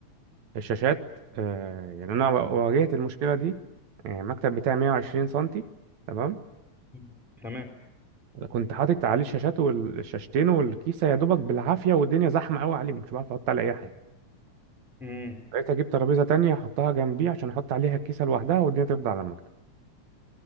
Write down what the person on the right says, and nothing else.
الشاشات آه يعني انا واجهت المشكلة دي يعني المكتب بتاعي 120 سنتي تمام
كنت حاطط عليه الشاشات والشاشتين والكيسة يا دوبك بالعافية والدنيا زحمة قوي عليه مش بعرف احط عليه اي حاجة
بقيت اجيب ترابيزة تانية احطها جنبي عشان احط عليها الكيسة لوحدها والدنيا تفضل على المكتب